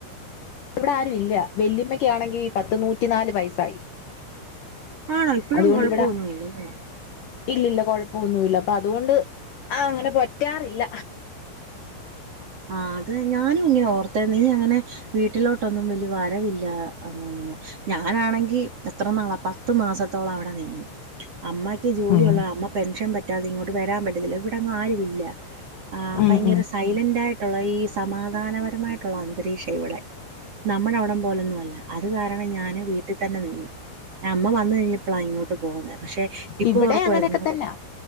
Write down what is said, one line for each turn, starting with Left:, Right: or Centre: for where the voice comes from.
Left: ഇവിടെ ആരു ഇല്ല വെല്ല്യമ്മക്കാണെങ്കി പത്ത് നൂറ്റിനാല് വയസ്സായി.
Right: ആണോ ഇപ്പഴും
Left: അതുകൊണ്ട്
Right: കൊഴപ്പൊന്നുവില്ലല്ലേ
Left: ഇവിടെ ഇല്ലില്ല കൊഴപ്പൊന്നൂല്ല അപ്പൊ അതുകൊണ്ട് ആ അങ്ങനെ പറ്റാറില്ല
Right: ആ അത് ഞാനും ഇങ്ങനെ ഓർത്തെ നീ അങ്ങനെ വീട്ടിലോ ട്ടൊന്നും വല്യ വരവില്ലന്ന് അ അങ്ങനെ ഞാനാണെങ്കി എത്ര നാള പത്ത് മാസത്തോളം അവിടെ നിന്ന് അമ്മയ്ക്ക് ജോലി
Left: ഉം
Right: ഉള്ളതാ അമ്മ പെൻഷൻ പറ്റി റ്റാതെ അത് ഇങ്ങോട്ട് വരാൻ പറ്റത്തില്ല ഇവിടങു ആരു ഇല്ല ആ
Left: ഉം
Right: പയങ്കര
Left: ഉം
Right: സൈലന്റ് ആയി ട്ടുള്ള ഈ സമാധാനപരമായിട്ടുള്ള അന്തരീക്ഷ ഇവിടെ നമ്മടവിടം പോലൊന്നും അല്ല അത് കാരണം ഞാന് വീട്ടിൽ തന്നെ നിന്ന് അമ്മ വന്ന് കഴിഞ്ഞപ്പളാ ഈ ഇങ്ങോട്ട് പോന്നെ പക്ഷെ ഇപ്പൊ
Left: ഇവിടെ
Right: ഓർക്കുവാരുന്നു
Left: അങ്ങനെയൊക്കെ തന്നാ